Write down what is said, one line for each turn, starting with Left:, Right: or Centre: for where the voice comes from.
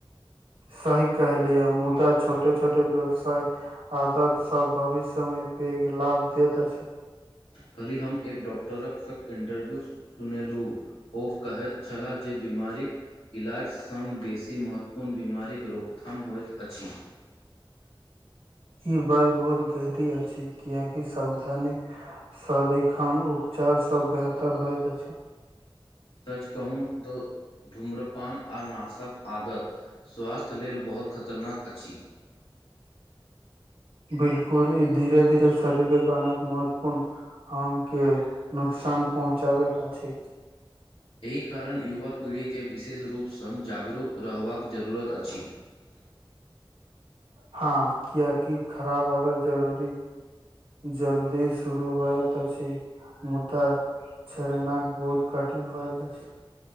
Right: सही कहलियै मुदा छोटे छोटे व्यवसाय आदत सभ भविष्यमे पेघ लाभ देैत छी
Left: कहल्हि हम एक डॉक्टरक इंटरव्यू सुनेलहुँ ओ कहैत छलाह जे वि बीमारीक इलाज सङ्ग बेसी महत्वपूर्ण बीमारीक रोकथाम होइत अछि <inaudible>
Right: ई बात बहुत गहरी अछि कियाकि सावधानी सदिखन उपचार सभ बेहतर होइत अछि
Left: सच कहू तऽ धूम्रपान आ नाशक आदत स्वास्थ्य लेल बहुत खत तरनाक अछि
Right: बिलकुल ई धीरे धीरे शरीरक अनेक महत्वपूर्ण आंग के नुकसान पहुँचाबैत अछि
Left: एहि कारण युवा पीढ़ी के विशेष रूप सँ जागरूक रहबाक जरूरत अछि
Right: हँ कियाकि खराब आदत जरूरी जल्दी शुरू होइत अछि मुदा छड़ न बहुत कठिन होय अछि